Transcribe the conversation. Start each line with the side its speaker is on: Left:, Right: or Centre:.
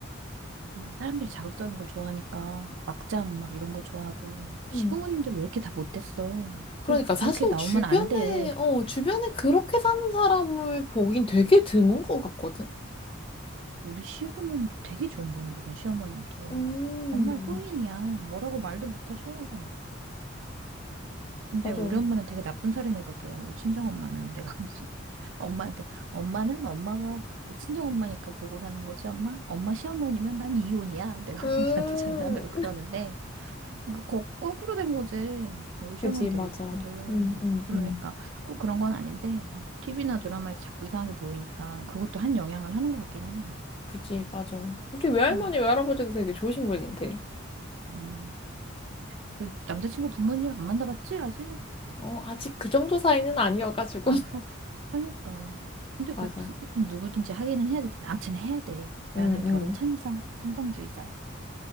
Right: <laughs> 사람들이 자극적인 걸 좋아하니까 막장 막 이런 거 좋아하고 시부모님들
Left: 음,
Right: 왜 이렇게 다 못됐어? 그
Left: 그러니까 사실
Right: 그렇게 나오면
Left: 주변에,
Right: 안 돼.
Left: 어, 주변에 그렇게 사는 사람을 보긴 되게 드문 것 같거든?
Right: 우리 시부모님도 되게 좋은 분이거든 시어머님도
Left: 음,
Right: 정말 호인이야. 뭐라고 말도 못하셔. 근데
Left: 맞아.
Right: 우리 엄마는 되게 나쁜 사람이거든. 우리 친정 엄마는 내가 무슨 <laughs> 엄마한테 엄마는 엄마가 내 친정 엄마니까 보고 사는 거지 엄마. 엄마 시어머니면 난 이혼이야. 내가
Left: 음,
Right: 우리 엄마한테 <laughs> 장난으로 그러는데 그러니까 거, 거꾸로 된 거지. 우리 시어머니
Left: 그지,
Right: 되게
Left: 맞아.
Right: 좋거든.
Left: 음, 음,
Right: 그러니까
Left: 음.
Right: 꼭 그런 건 아닌데 TV나 드라마에서 자꾸 이상한 게 보이니까 그것도 한 영향을 하는 것 같기는 해.
Left: 그지, 맞아. 우리 외할머니,
Right: 음,
Left: 외할아버지도 되게 좋으신 분인데.
Right: 음. 그 남자친구 부모님 안 만나봤지 아직?
Left: 어, 아직 그 정도 사이는 아니어가지고.
Right: 아,
Left: <laughs>
Right: 그렇고. 그러니까. 근데 그
Left: 맞아.
Right: 아니, 누구든지 하기는 해야 될 텐데 아무튼 해야 돼. 나는
Left: 응, 응.
Right: 결혼 찬성, 찬성주의자야.